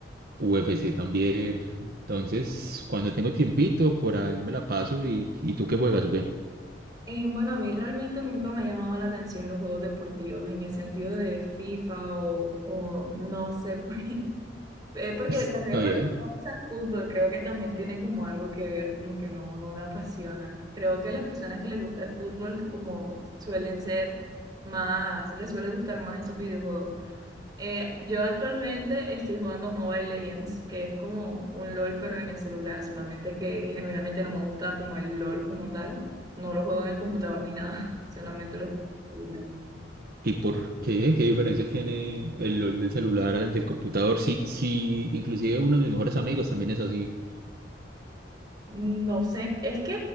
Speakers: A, on the right; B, on the right.
A: UFC también. Entonces, cuando tengo tiempito, por ahí me la paso y, ¿y tú qué juegas o qué?
B: Eh, bueno, a mí realmente nunca me ha llamado la atención los juegos deportivos en el sentido de FIFA o, o no sé, <laughs> pues, Eh, porque
A: <laughs> Está
B: tal vez porque
A: bien.
B: no gusta el fútbol, creo que también tiene como algo que ver, como que no, no me apasiona. Creo que las personas que les gusta el fútbol como suelen ser más, les suele gustar más esos videojuegos. Eh, yo actualmente estoy jugando Mobile Legends, que es como un LOL pero en el celular, solamente que genuinamente no me gusta como el LOL como tal. No lo juego en el computador ni nada, <laughs> solamente lo... juego en el celular.
A: ¿Y por qué? ¿Qué diferencia tiene el LOL del celular al del computador? Sí, sí, inclusive uno de mis mejores amigos también es así.
B: No sé, es que,